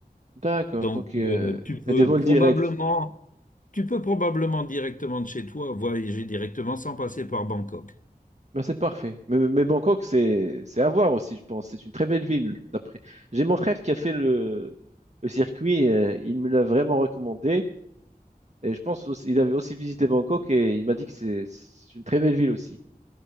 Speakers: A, on the right; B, on the left.
A: d'accord.
B: Donc,
A: Donc, euh,
B: euh, tu peux
A: il y a des vols
B: probablement,
A: directs.
B: tu peux probablement directement de chez toi voyager directement sans passer par Bangkok.
A: Ben, c'est parfait. Mais, mais Bangkok, c'est, c'est à voir aussi, je pense. C'est une très belle ville, d'après. J'ai mon frère qui a fait le, le circuit. euh, il me l'a vraiment recommandé. Et je pense aussi, il avait aussi visité Bangkok et il m'a dit que c'est c'est une très belle ville aussi.